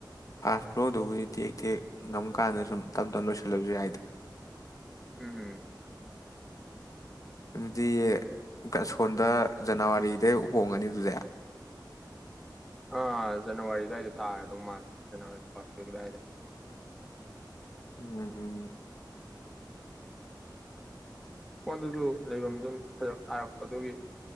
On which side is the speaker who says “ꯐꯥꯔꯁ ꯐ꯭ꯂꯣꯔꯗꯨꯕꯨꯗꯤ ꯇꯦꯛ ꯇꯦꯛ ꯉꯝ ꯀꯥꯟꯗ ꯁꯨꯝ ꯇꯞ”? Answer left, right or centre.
Left